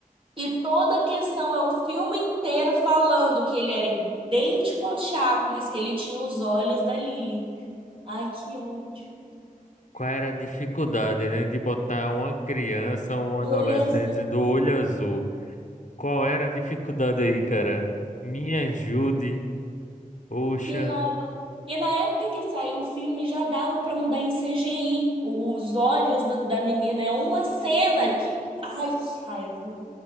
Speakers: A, on the right; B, on the left.
A: e toda a questão é o filme inteiro falando que ele era idêntico ao Thiago, mas que ele tinha os olhos da Lily. Ai, que ódio.
B: Qual era a dificuldade, né? De botar uma criança, um adolescente
A: De olho azul.
B: do olho azul. Qual era a dificuldade aí, cara? Me ajude. Poxa,
A: Que raiva. E na época que saiu o filme já dava pra mudar em CGI. Os olhos da da menina é uma cena que. Ai, que raiva.